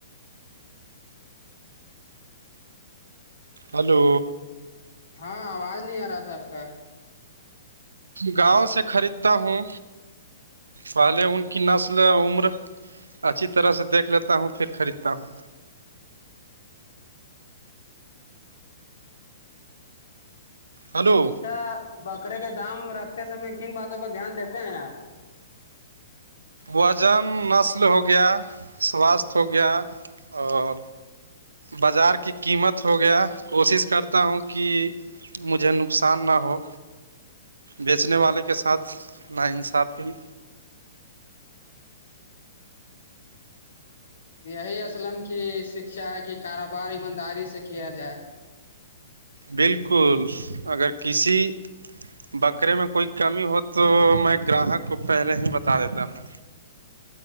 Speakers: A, on the right (about 90°); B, on the left (about 75°).
A: ہلو
B: ہاں آواز نہیں آ رہا تھا آپ کا
A: گاؤں سے خریدتا ہوں پہلے ان کی نسل عمر اچھی طرح سے دیکھ لیتا ہوں پھر خریدتا ہوں ہلو
B: اچھا بکرے کے دام رکھتے سئے کن باتوں پر دھیان دیتے ہیں آپ
A: وزن نسل ہو گیا سواستھ ہو گیا اور بازار کی قیمت ہو گیا کوشش کرتا ہوں کہ مجھے نقصان نہ ہو بیچنے والے کے ساتھ نا انصاف کی
B: یہی اسلم کی شکھا ہے کہ کاروبار ایمانداری سے کیا جائے
A: بالکل اگر کسی بکرے میں کوئی کمی ہو تو میں گراہک کو پہلے ہی بتا دیتا ہوں